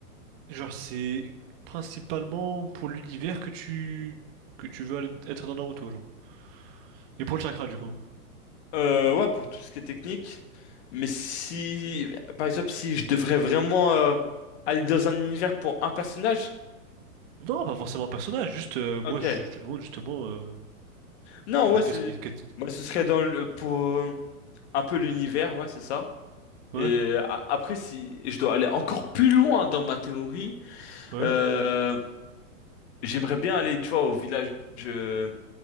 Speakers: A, on the right; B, on the left.
A: genre, c'est principalement pour l'univers que tu que tu veux être dans Naruto, genre. Et pour le chakra, du coup?
B: Euh, ouais, pour tout ce qui est technique. Mais si, par exemple, si je devrais vraiment euh, aller dans un univers pour un personnage,
A: Non, pas forcément un personnage, juste, euh, moi,
B: ok.
A: je, je te demande justement, euh,
B: Non,
A: ouais,
B: ouais,
A: qu'est-ce
B: c'est,
A: qui... qu'est-
B: moi, ce serait dans le pour euh, un peu l'univers, ouais, c'est ça.
A: Ouais,
B: Et a- après, si je dois aller encore plus loin dans ma théorie,
A: ouais.
B: euh, j'aimerais bien aller, tu vois, au village, euh,